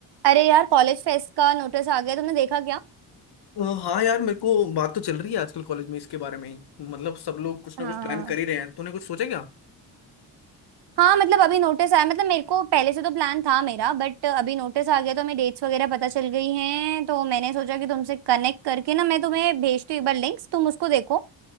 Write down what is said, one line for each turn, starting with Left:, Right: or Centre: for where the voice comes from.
Right: अरे यार कॉलेज फेस्ट का नोटिस आ गया तुमने देखा क्या
Left: अ, हाँ यार मेरे को बात तो चल रही है आजकल कॉलेज में इसके बारे में ही मतलब सब लोग कुछ ना
Right: हाँ
Left: कुछ प्लान कर ही रहे हैं तूने कुछ सोचा क्या
Right: हाँ मतलब अभी नोटिस आया मतलब मेरे को पहले से तो प्लान था मेरा बट अभी नोटिस आ गया तो हमें डेट्स वगैरह पता चल गई हैं तो मैंने सोचा कि तुमसे कनेक्ट करके ना मैं तुम्हें भेजती हूँ एक बार लिंक्स तुम उसको देखो